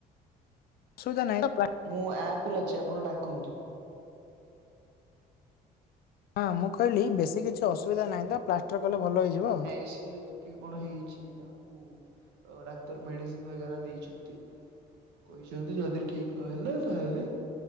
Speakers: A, on the left; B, on the right.
A: ସଉଦା ନାଇଁ।
B: ମୁଁ ଆପ ରେ ଅଛି ଆପଣ ଡାକନ୍ତୁ।
A: ହଁ ମୁଁ କହିଲି ବେଶୀ କିଛି ଅସୁବିଧା ନାହିଁ ତ ପ୍ଲାଷ୍ଟର କଲେ ଭଲ ହେଇଯିବ।
B: କି ସିଏ ଟି କିଏ କଣ ହେଇଛି ତାକୁ ଡାକ୍ତର ମେଡିସିନ ବଗେରା ଦେଇଛନ୍ତି। କହିଛନ୍ତି ଯଦି ଠିକ୍ ନହେଲା ତାହେଲେ